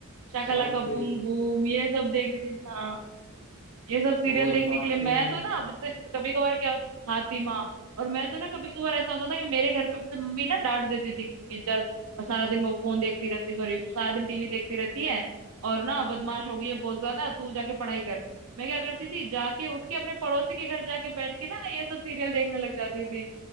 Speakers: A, on the right; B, on the left.
A: शाकाला
B: सोनप्री
A: का बूम बूम ये सब देखने के हाँ ये सब सीरियल
B: और
A: देखने
B: हातिम
A: के लिए मैं तो ना जैसे कभी कभार क्या होता फातिमा और मैं तो ना कभी कभार ऐसा होता था कि मेरे घर पे मुझसे मम्मी ना डांट देती थी कि चल और सारा दिन वो फोन देखती रहती सॉरी सारा दिन टीवी देखती रहती है और ना बदमाश हो गई है बहुत ज्यादा तू जाके पढ़ाई कर मैं क्या करती थी जाके उठ के अपने पड़ोसी के घर जाके बैठ के ना ये सब सीरियल देखने लग जाती थी